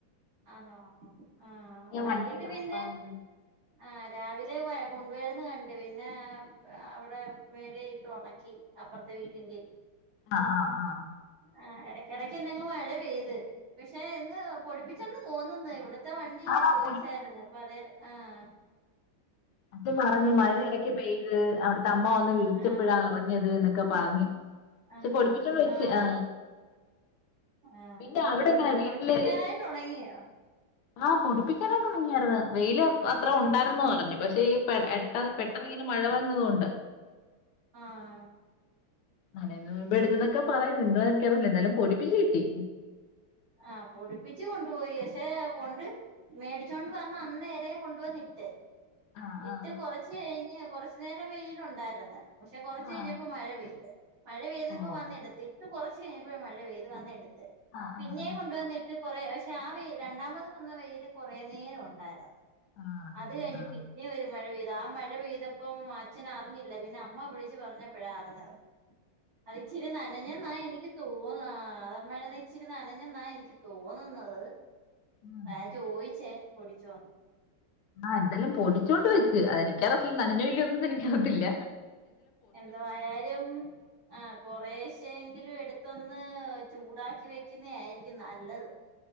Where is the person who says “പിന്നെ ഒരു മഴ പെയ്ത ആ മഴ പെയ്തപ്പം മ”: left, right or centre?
Right